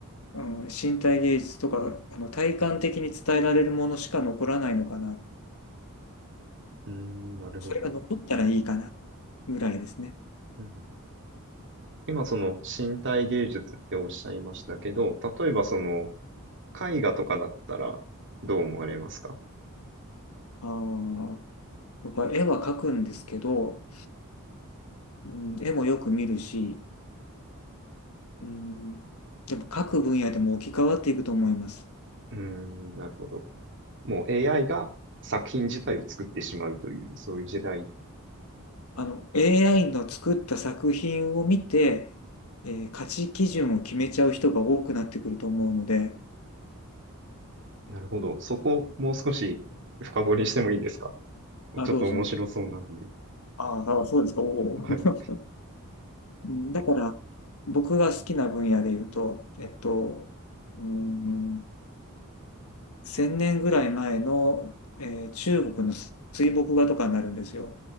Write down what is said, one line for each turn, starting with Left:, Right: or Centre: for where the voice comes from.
Left: うん、身体芸術とか、あの体感的に伝えられるものしか残らないのかな。
Right: うん、なるほど。
Left: それが残ったらいいかな、ぐらいですね。
Right: うんうん今、その身体芸術っておっしゃいましたけど、例えばその
Left: あ
Right: 絵画とかだったらどう思われますか
Left: あー、僕は絵は描くんですけど、うん、絵もよく見るし、うん、でも描く分野でも置き換わっていくと思います。
Right: うん、なるほど。もう AI が作品自体を作ってしまうという、そういう時代。
Left: あの、AI の作った作品を見て、えー価値基準を決めちゃう人が多くなってくると思うので、
Right: なるほど。そこ、もう少し深掘りしてもいいですか
Left: あ、
Right: ちょっと面白そうなので。
Left: どうぞ。ああ、そうですか。おお。
Right: はい。
Left: <laughs> うんだから、僕が好きな分野で言うと、えっと、うーん、1000年ぐらい前の、えー中国の水墨画とかになるんですよ。